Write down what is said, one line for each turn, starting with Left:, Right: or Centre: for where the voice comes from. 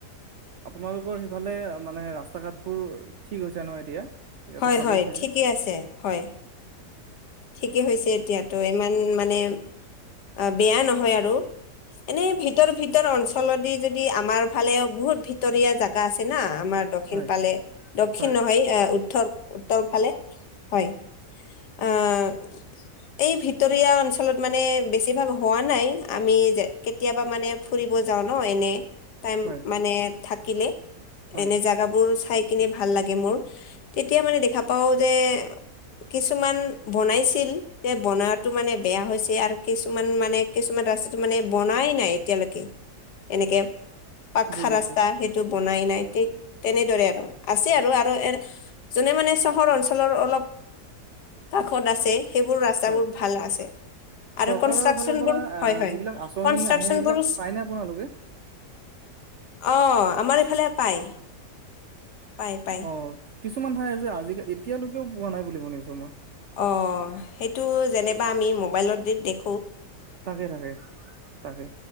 Right: আপোনালোকৰ সিফালে মানে ৰাস্তা ঘাটবোৰ ঠিক হৈছে ন এতিয়া? এতিয়াতো
Left: হয়
Right: ভালেই
Left: হয়
Right: চাগে
Left: ঠিকেই আছে হয়। ঠিকেই হৈছে এতিয়াতো ইমান মানে অ বেয়া নহয় আৰু। এনেই ভিতৰ ভিতৰ অঞ্চলৰদি যদি আমাৰ ফালেও বহুত ভিতৰীয়া জাগা আছে না আমাৰ দক্ষিণ
Right: হয়
Left: ফালে দক্ষিণ
Right: হয়
Left: নহয় এ উত্তৰ উত্তৰ ফালে হয়।
Right: <inaudible>
Left: আহ এই ভিতৰীয়া অঞ্চলত মানে বেছিভাগ হোৱা নাই, আমি যে কেতিয়াবা মানে ফুৰিব যা যাওঁ ন এনেই, টাইম
Right: হয়
Left: মানে থাকিলে
Right: হয়
Left: এনেই জাগাবোৰ চাই কিনে ভাল লাগে মোৰ, তেতিয়া মানে দেখা পাওঁ যে কিছুমান বনাইছিল দে বনোৱাতো মানে বেয়া হৈছে আৰু কিছুমান মানে কিছুমান ৰাস্ত মানে বনা নাইনাই এতিয়ালৈকে এনেকে পাখা
Right: বুজিছো
Left: ৰাস্তা সেইটো বনাই নাই, ঠিক তেনেদৰে আৰু আছে আৰু আৰু এ যোনে মানে চহৰ অঞ্চলৰ অলপ কাষত আছে সেইবোৰ ৰাস্তাবোৰ
Right: হয়
Left: ভাল আছে।
Right: চৰকাৰৰ
Left: আৰু কনষ্ট্ৰাকচন
Right: ফালৰ পৰা
Left: বোৰ
Right: আহ
Left: হয় হয়,
Right: যিবিলাক আঁচনি
Left: কনষ্ট্ৰাকচন
Right: আহে সেইবিলাক
Left: বোৰো
Right: পায়নে আপোনালোকে
Left: অঁ আমাৰ এইফালে পায় পায় পায়।
Right: অ কিছুমান ঠাই আছে আজিকাল এতিয়ালৈকেও পোৱা নাই বুলি শুনিছো মই।
Left: অ সেইটো যেনেবা আমি মোবাইলতে দেখ
Right: তাকে তাকে তাকে